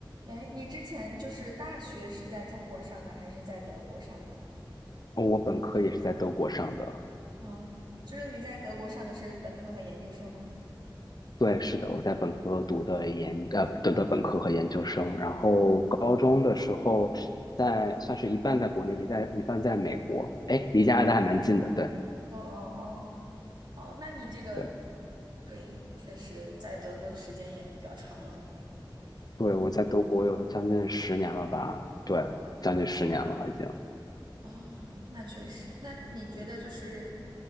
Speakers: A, on the right; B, on the left.
A: 哎，你之前就是大学是在中国上的还是在德国上的？
B: 哦我本科也是在德国上的，
A: 嗯，就是你在德国上的是本科和研究生吗？
B: 对，是的，我在本科读的研，呃，读的本科和研究生，然后高中的时候在算是一半在国内，一在一半在美国，哎，离加拿大还蛮近的，对，
A: 哦哦哦哦，那你这个
B: 对，
A: 对，确实在德国的时间也比较长了。
B: 对，我在德国有将近十年了吧，对，将近十年了已经。
A: 哦，那确实，那你觉得就是，